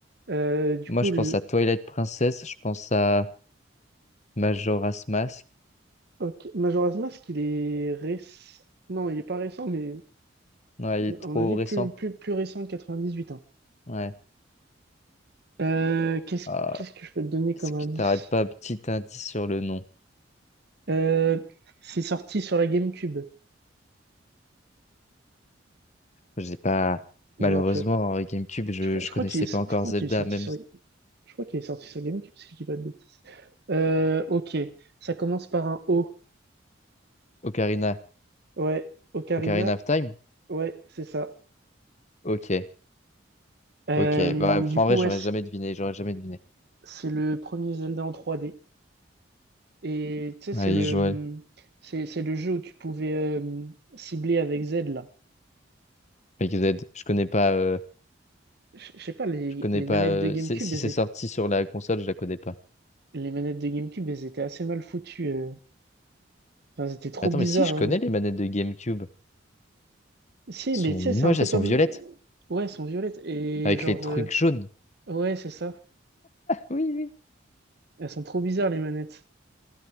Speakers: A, on the right; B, on the left.
A: Euh, du
B: moi,
A: coup,
B: je
A: le...
B: pense à Twilight Princess, je pense à Majora's Mask.
A: ok, Majora's Mask, il est réc- Non, il est pas récent, mais
B: Ouais, il est
A: à
B: trop
A: mon avis,
B: récent.
A: plus, plus, plus récent que 98. hein.
B: Ouais.
A: Euh, qu'est-ce,
B: Ah,
A: qu'est-ce que je peux te donner
B: est-ce
A: comme
B: que
A: indice?
B: t'aurais pas un petit indice sur le nom?
A: Euh, c'est sorti sur la GameCube.
B: Je sais pas.
A: Non,
B: Malheureusement,
A: tu vois.
B: en GameCube, je,
A: Je, crois
B: je
A: je crois
B: connaissais
A: qu'il est,
B: pas encore
A: je crois
B: Zelda,
A: qu'il est sorti
B: même
A: sur, je crois qu'il est sorti sur GameCube, si je dis pas de bêtises. Euh, ok. Ça commence par un O.
B: Ocarina,
A: Ouais. Ocarina
B: Ocarina of Time.
A: Ouais, c'est ça.
B: Ok,
A: Euh,
B: ok. Bah, enfin,
A: du coup,
B: en vrai,
A: ouais,
B: j'aurais
A: c-
B: jamais deviné, j'aurais jamais deviné.
A: c'est le premier Zelda en trois d Et tu sais,
B: Ouais,
A: c'est le,
B: Joël,
A: c'est, c'est le jeu où tu pouvais euh, cibler avec Z, là.
B: XZ. Je connais pas. euh,
A: Je je sais pas, les,
B: je connais
A: les
B: pas.
A: manettes
B: euh,
A: de GameCube,
B: c'est- si
A: elles,
B: c'est
A: étaient-
B: sorti sur la console, je la connais pas.
A: les manettes de GameCube, elles étaient assez mal foutues. euh. Enfin, elles étaient trop
B: Attends,
A: bizarres.
B: mais si je
A: euh.
B: connais les manettes de GameCube. Elles
A: Si,
B: sont
A: mais tu
B: moches,
A: sais, c'est un peu
B: elles
A: comme...
B: sont violettes,
A: Ouais, elles sont violettes. Et
B: avec
A: genre...
B: les trucs
A: euh,
B: jaunes.
A: Ouais, c'est ça.
B: Oui, oui.
A: Elles sont trop bizarres, les manettes.